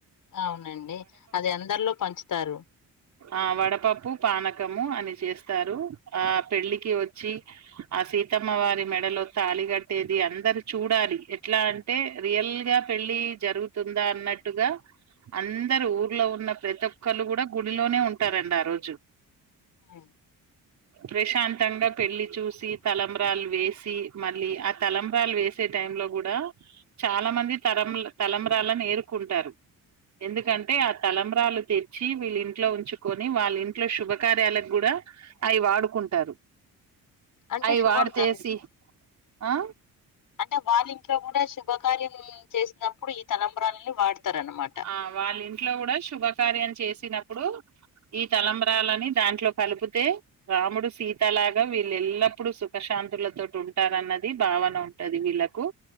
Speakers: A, on the left (about 65°); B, on the right (about 50°).
A: అవునండి అది అందరిలో పంచుతారు
B: ఆ వడపప్పు పానకము అని చేస్తారు ఆ పెళ్ళికి వచ్చి ఆ సీతమ్మ వారి మెడలో తాలి కట్టేది అందరు చూడాలి ఎట్లా అంటే రియల్గా పెళ్ళి జరుగుతుందా అన్నట్టుగా అందరు ఊర్లో ఉన్న ప్రతి ఒక్కళ్ళు కూడా గు గుల్లోనే లోనే ఉంటారండి ఆ రోజు
A: ఉమ్,
B: ప్రశాంతంగా పెళ్లి చూసి తలంబ్రాలు వేసి మళ్ళీ ఆ తలంబ్రాలు వేసే టై లో కూడా చాలా మంది తలం తలంబ్రాలను ఎరుకుంటారు ఎందుకంటే
A: ఉమ్,
B: ఆ తలంబ్రాలు తెచ్చి వీళ్ళ ఇంట్ లో ఉంచుకొని వాళ్ళ ఇంట్లో శుభకార్యాలకు కూడా అవి వాడుకుంటారు
A: అంటే
B: అవి
A: శుభం
B: వాడితేసి
A: జరుగుతుంది
B: ఆ
A: అంటే వాళ్ళ ఇంట్లో కూడా శుభం శుభకార్య చేసినప్పుడు ఈ తలంబ్రాలని వాడతారనమాట
B: ఆ వాళ్ళ ఇంట్లో కూడా శుభకార్యం చేసినప్పుడు ఈ తలంబ్రలాని దాంట్లో కలిపితే రాముడు సీత లాగా వీళ్ళ ఎల్లపుడు సుక్ ప్రశాంతుల తోటి ఉంటారున్నది భావన ఉంటది వీళ్ళలకు